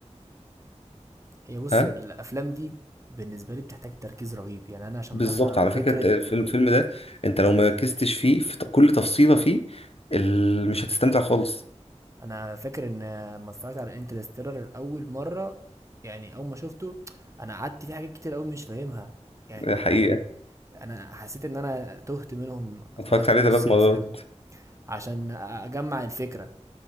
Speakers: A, on the right (about 25°); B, on the left (about 55°).
A: هي بص
B: ها
A: الافلام دي بالنسبة لي بتحتاج تركيز رهيب يعني انا عشان
B: بالظبط
A: افهم
B: على
A: فكرة
B: فكره آه، في الفيلم ده انت لو مركزتش فيه في ت- كل تفصيله فيه ال- مش هتستمتع خالص
A: انا فاكر ان ما اتفرجت على انترستيلر اول مرة يعني اول ما شفته انا قعدت فيه حاجات كتير قوي مش فاهمها يعني
B: دي حقيقة
A: انا حسيت ان انا تهت منهم في
B: اتفرجت
A: اوقات في
B: عليه
A: نص
B: ثلاث
A: الفيلم
B: مرات
A: عشان اجمع الفكره